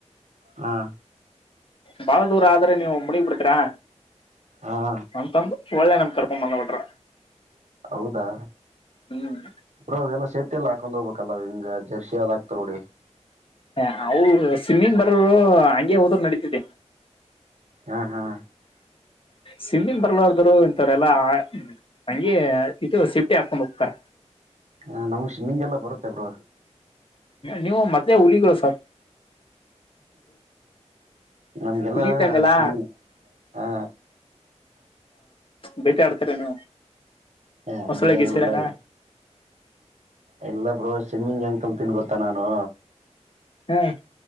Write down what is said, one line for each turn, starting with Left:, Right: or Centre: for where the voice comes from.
Right: ಹ್ಮ
Left: ಬಾಳ ದೂರ ಆದ್ರೆ ನೀವು ಮುಡಿ ಬಿಡ್ತೀರಾ
Right: ಹಾ
Left: ಅಂತಂದ ಒಳ್ಳೆ ನಮ್ ಕರ್ಕೊಂಡ್ ಬಂದ್ ಬಿಟ್ರ
Right: ಹೌದಾ
Left: ಹ್ಮ್
Right: ಬ್ರೋ ಎಲ್ಲ ಸೇಫ್ಟಿ ಎಲ್ಲ ಹಾಕೊಂಡ್ ಹೋಗ್ಬೇಕಲ್ಲವ ಹಿಂಗ ಜರ್ಸಿ ಅದ್ ಆಕ್ತಾರ ನೋಡಿ
Left: ಹ ಅವರು ಸ್ವಿಮ್ಮಿಂಗ್ ಬರೋರು ಹಂಗೆ ಹೋದರು ನಡೀತಿದೆ
Right: ಹ್ಮ ಹಾ
Left: ಸಿಮ್ಮಿ ಬರ್ಲಾರ್ದರು ಇಂತವ್ರ ಎಲ್ಲ ಹಂಗಗೆ ಇದು ಸಿಫ್ಟಿ ಹಾಕೊಂಡ್ ಹೋಗತಾರ
Right: ಹಾ ನಮಗ್ ಶಿಮಿಂಗಗೆಲ್ಲ ಬರುತ್ತೆ ಬ್ರೋ
Left: ನೀವು ಮೊದ್ಲೇ ಹುಲಿಗಳು ಸರ್
Right: ನಮ್ಗೆಲ್ಲಾ
Left: ಹುಲಿ ಇದ್ದಂಗೆಲ್ಲ
Right: ಸಿ ಹಾ
Left: ಭೇಟಿ ಆಡ್ತರ ನೀ
Right: ಹಂಗೇನೆಲ್ಲ
Left: ಮೊಸಳೆ ಗಿಸಲೆನಾ
Right: ಎಲ್ಲ ಬ್ರೋ ಸ್ಮ್ಮಿಂಗ್ ಅಂಕಲ್ ತಿನ್ ಗೊತ್ತಾ ನಾನು
Left: ಹ್ಮ್